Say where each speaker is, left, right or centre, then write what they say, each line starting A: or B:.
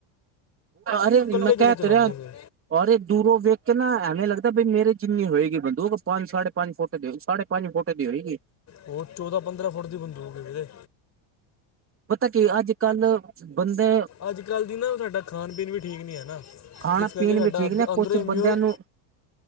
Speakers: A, on the right; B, on the left.
A: ਅਰੇ
B: ਇਕੱਲੇ
A: ਮੈਂ
B: ਜਣੇ
A: ਕਹਿ
B: ਚਲਾਉਂਦੇ
A: ਤੇ ਰਿਆ
B: ਸੀ
A: ਔਰ ਇਹ ਦੂਰੋਂ ਵੇਖ ਕੇ ਨਾ ਐਵੇਂ ਲੱਗਦਾ ਬਈ ਮੇਰੇ ਜਿੰਨੀ ਹੋਏਗੀ ਬੰਦੂਕ ਪੰਜ ਸਾਢੇ ਪੰਜ ਫੁੱਟ ਦੀ ਸਾਢੇ ਪੰਜ ਫੁਟੇ ਦੀ ਹੋਏਗੀ।
B: ਉਹ ਚੌਦਾਂ ਪੰਦਰਾਂ ਫੁੱਟ ਦੀ ਬੰਦੂਕ ਏ ਵੀਰੇ।
A: ਪਤਾ ਕੀ ਅੱਜ ਕੱਲ ਬੰਦੇ
B: ਅੱਜ ਕੱਲ੍ਹ ਦੀ ਨਾ ਸਾਡਾ ਖਾਣ ਪੀਣ ਵੀ ਠੀਕ ਨੀ ਹੈ ਨਾ।
A: ਖਾਣਾ-ਪੀਣ
B: ਜਿਸ ਕਰਕੇ ਸਾਡਾ
A: ਵੀ ਠੀਕ
B: ਅੰਦ-
A: ਨੇ ਕੁਛ
B: ਅੰਦਰੋਂ ਇਮਿਊਨ
A: ਬੰਦਿਆਂ ਨੂੰ